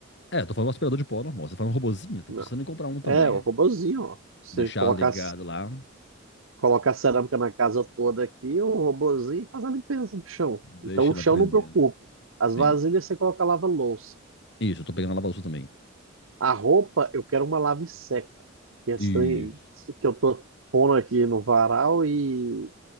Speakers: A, on the left; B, on the right.
A: É, eu tô falando um aspirador de pó normal. Você tá falando um robozinho? Tô
B: Não.
A: precisando em comprar um também.
B: É, o
A: Aí.
B: robozinho, ó. Você
A: Deixar
B: colocar
A: ligado lá.
B: Coloca a cerâmica na casa toda aqui, o robozinho faz a limpeza do chão. Então
A: Deixa
B: o chão
A: ele aprendendo.
B: não preocupa. As
A: Sim.
B: vasilhas você coloca lava-louça.
A: Isso, eu tô pegando a lava-louça também.
B: A roupa, eu quero uma lave seca. Que é estranho,
A: Isso.
B: isso que eu tô pondo aqui no varal e